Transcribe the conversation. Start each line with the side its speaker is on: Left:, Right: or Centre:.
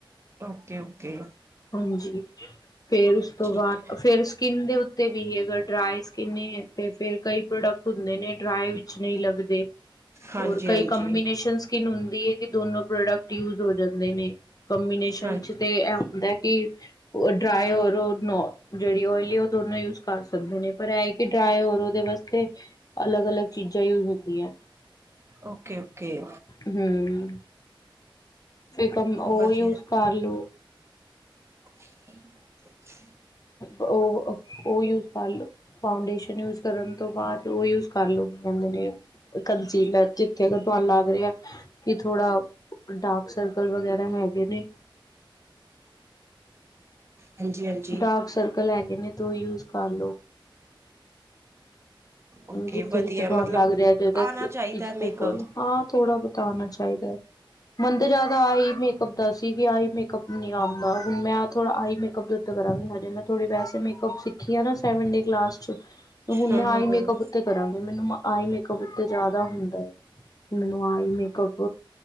Right: ਓਕੇ ਓਕੇ
Left: ਹਾਂਜੀ ਫੇਰ ਉਸ ਤੋਂ
Right: ਠੀਕ
Left: ਬਾਅਦ
Right: ਹੈ
Left: ਫੇਰ ਸਕਿੰਨ ਦੇ ਵੀਗਾ ਡਰਾਈ ਸਕਿੰਨ ਤੇ ਫੇਿਰ ਕਈ ਪ੍ਰੋਡਕਟ ਹੁੰਦੇ ਨੇ ਡਰਾਏ ਵਿੱਚ ਨਹੀਂ ਲੱਗਦੇ
Right: ਹਾਂਜੀ,
Left: ਹੋਰ ਕਈ
Right: ਹਾਂਜੀ,
Left: ਕੰਬੀਨੇਸ਼ਨ ਸਕਿਨ ਹੁੰਦੀ ਹੈ ਕਿ ਦੋਨੋ ਪ੍ਰੋਡਕਟ ਯੂਜ ਹੋ ਜਾਂਦੇ ਨੇ ਕੰਬੀਨੇਸ਼ਨ
Right: ਹਾਂਜੀ।
Left: ਚ ਤੇ ਇਹ ਹੁੰਦਾ ਕਿ ਡਰਾਏ ਔਰ ਦੋਨੋ ਜਿਹੜੀ ਓਇਲੀ ਉਹ ਦੋਨੋਂ ਯੂਜ ਕਰ ਸਕਦੇ ਨੇ ਪਰ ਇਹ ਕਿ ਡਰਾਏ ਹੋਰ ਉਹਦੇ ਵਾਸਤੇ ਅਲੱਗ ਅਲੱਗ ਚੀਜ਼ਾਂ ਯੂਜ ਹੁੰਦੀਆਂ
Right: ਓਕੇ, ਓਕੇ
Left: ਹਮ ਫਿਕਮ ਉਹ
Right: ਵਧੀਆ
Left: ਯੂਸ ਕਰ ਲੋ
Right: <unintelligible>
Left: ਉਹ-ਉਹ ਯੂਪ ਕਰਲੋ ਫਾਡੇਸ਼ਨ ਉਸ ਕਰਨ ਤੋਂ ਬਾਅਦ ਉਹ ਯੂਜ ਕਾਰਲੋ ਕਿ ਕਹਿੰਦੇ ਨੇ ਕੰਸੀਲਰ ਜਿੱਥੇ ਤੁਹਾਨੂੰ ਲੱਗ ਰਿ ਆ ਕਿ ਥੋੜਾ ਡਾਰਕ ਸਰਕਲ ਵਗੈਰਾ ਹੈਗੇ ਨੇ
Right: ਹਾਂਜੀ, ਹਾਂਜੀ।
Left: ਡਾਰਕ ਸਰਕਲ ਹੈਗੇ ਨੇ ਤ ਯੂਜ ਕਰ ਲੋ
Right: ਓਕੇ
Left: ਜਿੱਥੇ
Right: ਵਧੀਆ
Left: ਜਿੱਥੇ ਤੁਹਾਨੂੰ
Right: ਮਤਲਬ
Left: ਲੱਗ ਰਿਹਾ ਜ
Right: ਆਣਾ ਚਾਹੀਦਾ ਹੈ ਮੇਕਅਪ
Left: ਫਲ ਹਾਂ ਥੋੜ੍ਹਾ ਬਿਤਾਉਣਾ ਚਾਹੀਦਾ ਹੈ ਮੰਦ ਜ਼ਿਆਦਾ ਆਹੀ ਮੇਕਅਪ ਦਾ ਸੀ ਕਿ ਆਹੀ ਮੇਕਅਪ ਨਹੀਂ ਆਉਂਦਾ ਹੁਣ ਮੇ ਥੋੜਾ ਆਈ ਮੇਕਅਪ ਉੱਤੇ ਕਰਾਂਗੀ ਹਜੇ ਮੈਂ ਥੋੜੇ ਵੈਸੇ ਸਿੱਖੀ ਆ ਨਾ ਸੈਵਨ ਡੇ ਕਲਾਸ ਚ ਹੁਣ
Right: ਹੂੰ,
Left: ਮੈ
Right: ਹੂੰ,
Left: ਆਈ ਮੇਕਅਪ
Right: ਹੂੰ।
Left: ਉਤੇ ਕਰਾਗੀ ਮੈਨੂੰ ਆਈ ਮੇਕਅਪ ਉੱਤੇ ਜ਼ਿਆਦਾ ਹੁੰਦਾ ਹੈ ਮੈਨੂੰ ਆ ਹੀ ਮੇਕਅੱਪ